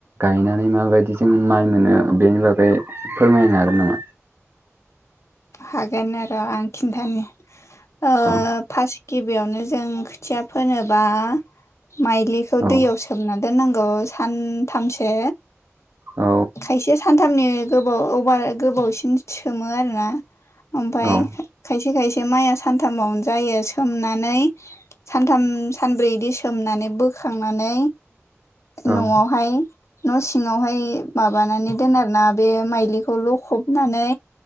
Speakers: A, on the right; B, on the left.
A: गायनानै माबायदि जोङो माइ मोनो बेनि बागै फोरमायनो हागोन नामा?
B: हागोन आर' आं खिन्थानि ओब
A: औ
B: फार्स्ट गिबियावनो जों खोथिया फोनोबा माइलिखौ
A: औ
B: दैयाव सो सोमना दोननांगौ सानथामसो
A: औ
B: खायसे सानथामनि गोबाव औ बार गोबावसिन सोमो आरोना? ओमफाय
A: औ
B: खायसे खायसे माइआ सानथामावनो जायो सोमनानै सानथाम सानब्रै इदि सोमनानै बोखांनानै
A: औ
B: न'आवहाय न' सिङावहाय माबानानै दोन आरो ना बे माइलिखौ लखबनानै